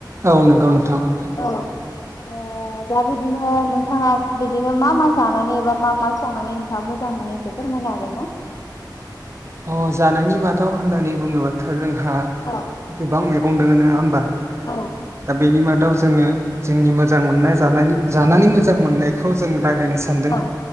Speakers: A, on the right (about 35°); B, on the left (about 50°).
A: औ नंगौ नोंथां।
B: औ ओ दा बिदिनो नोंथाङा बिदिनो मा मा जानानै एबा मा मा संनानै नोंथाङा मोजां मोनो एसे फोरमायनो हागोन ना?
A: अ जानायनि मादाव होननानै बुङोबाथ' जों हा
B: औ
A: गोबां मै गं दङ नङा होमबा?
B: औ
A: दा बेनि मा दाव जोङो जोंनि मोजां मोननाय जानानै मोजां मोननायखौ जों रायज्लायनो सानदों
B: औ